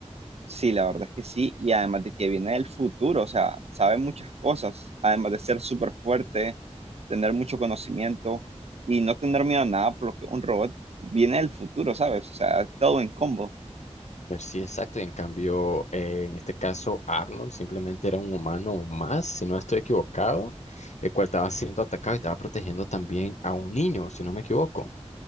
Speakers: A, on the right; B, on the left.
A: Sí, la verdad es que sí, y además de que viene del futuro, o sea, sabe muchas cosas, además de ser súper fuerte, tener mucho conocimiento y no tener miedo a nada, por lo que un robot viene del futuro, ¿sabes? O sea, todo en combo.
B: Ver si exacto, y en cambio, eh, en este caso, Arnold simplemente era un humano más, si no estoy equivocado, el cual estaba siendo atacado y estaba protegiendo también a un niño, si no me equivoco.